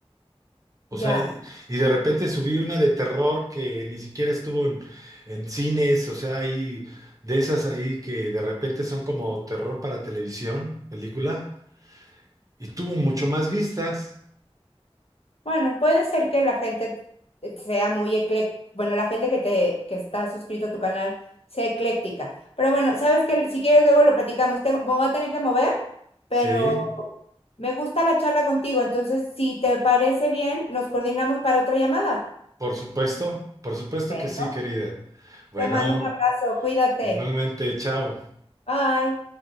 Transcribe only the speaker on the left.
ya.
Bueno, puede ser que la gente sea muy ecléctica, bueno, la gente que te que está suscrita a tu canal sea ecléctica. Pero bueno, sabes que si quieres luego lo platicamos. Tengo, me voy a tener que mover, pero
me gusta la charla contigo. Entonces, si te parece bien, nos coordinamos para otra llamada.
Bueno,
Te mando un abrazo, cuídate.
Bye.